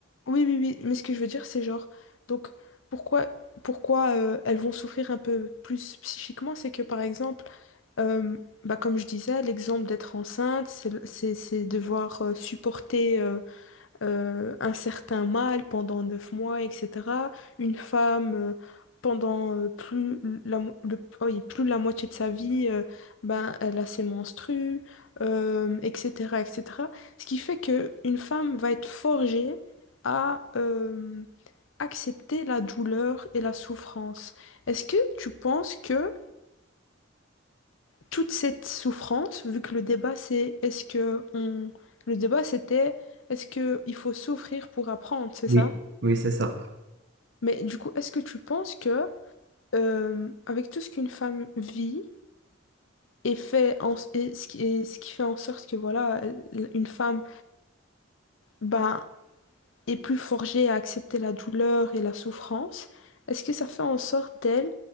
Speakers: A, on the left; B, on the right.
A: oui, oui, oui, mais ce que je veux dire, c'est genre, donc, pourquoi, pourquoi euh, elles vont souffrir un peu plus psychiquement, c'est que, par exemple, Euh, bah, comme je disais, l'exemple d'être enceinte, c'est c'est- c'est devoir euh, supporter euh, euh, un certain mal pendant neuf mois, etc. Une femme, euh, pendant euh, plus, la, mo- le- oui, plus de la moitié de sa vie, euh, ben, elle a ses menstrues, euh, etc., etc. Ce qui fait que une femme va être forgée à euh, accepter la douleur et la souffrance. Est-ce que tu penses que toute cette souffrance, vu que le débat c'est est-ce que on... le débat c'était est-ce que il faut souffrir pour apprendre, c'est
B: Oui.
A: ça?
B: Oui, c'est ça.
A: Mais du coup, est-ce que tu penses que euh, avec tout ce qu'une femme vit et fait en... et ce qui... et ce qui fait en sorte que voilà, elle- une femme ben, est plus forgée à accepter la douleur et la souffrance, est-ce que ça fait en sorte d'elle